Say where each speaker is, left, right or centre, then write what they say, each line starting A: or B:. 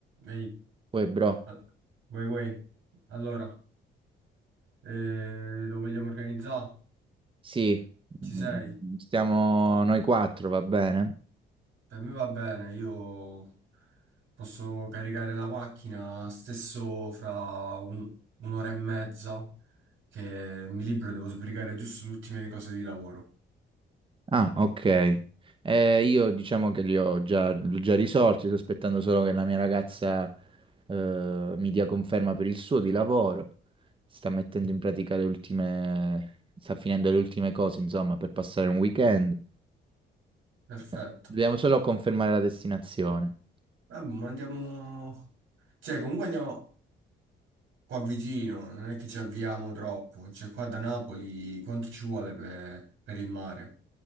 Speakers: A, on the right; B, on the right.
A: Ehi,
B: Uè, bro,
A: a- vuoi vuoi? Allora, eh, lo vogliamo organizzare?
B: sì,
A: Ci sei?
B: Mm, stiamo noi quattro, va bene?
A: Per me va bene, io posso caricare la macchina stesso fra un- un'ora e mezza, che mi libero, devo sbrigare giusto le ultime cose di lavoro.
B: Ah, ok. Eh, io diciamo che li ho già, li ho già risolti, sto aspettando solo che la mia ragazza eh, mi dia conferma per il suo di lavoro. Sta mettendo in pratica le ultime, sta finendo le ultime cose, insomma, per passare un weekend.
A: Perfetto.
B: Eh, Dobbiamo solo confermare la destinazione.
A: Vabbè, ma andiamo... Cioè, comunque andiamo qua vicino, non è che ci avviamo troppo. Cioè, qua da Napoli quanto ci vuole per, per il mare?